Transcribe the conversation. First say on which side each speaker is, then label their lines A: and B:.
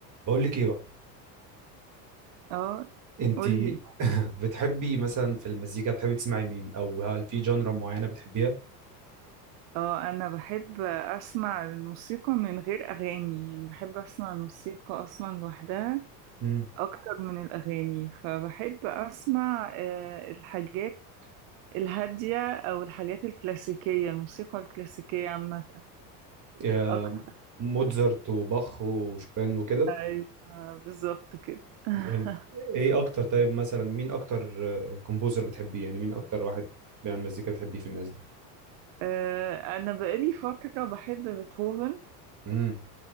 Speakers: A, on the right (about 35°); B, on the right (about 60°).
A: بقول لك ايه بقى
B: اه
A: انت
B: قولي
A: <laughs> بتحبي مثلا في المزيكا بتحبي تسمعي مين او هل في جانرا معينه بتحبيها
B: اه انا بحب اسمع الموسيقى من غير اغاني يعني بحب اسمع الموسيقى اصلا لوحدها
A: امم
B: اكتر من الاغاني فبحب اسمع آه، الحاجات الهادية او الحاجات الكلاسيكية الموسيقى الكلاسيكية عامة
A: يا
B: اكتر
A: موتزارت وباخ وشوبان وكده
B: أيوة، بالظبط كده <laughs>
A: جامد ايه اكتر طيب مثلا مين اكتر كومبوزر بتحبيه يعني مين اكتر واحد بيعمل مزيكا بتحبيه في الناس دي
B: آه، انا بقالي فترة بحب بيتهوفن
A: امم